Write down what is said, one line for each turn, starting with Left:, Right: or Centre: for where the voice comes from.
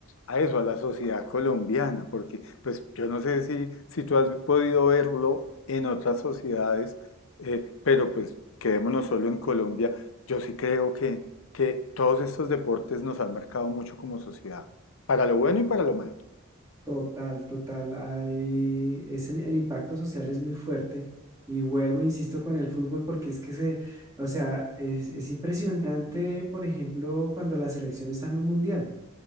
Left: a eso, a la sociedad colombiana, porque pues yo no sé si, si tú has podido verlo en otras sociedades, eh, pero pues quedémonos solo en Colombia. Yo sí creo que, que todos estos deportes nos han marcado mucho como sociedad, para lo bueno y para lo malo.
Right: Total, total. Hay, es el, el impacto social es muy fuerte. Y vuelvo, insisto, con el fútbol porque es que se, o sea, es, es impresionante, por ejemplo, cuando la selección está en un mundial.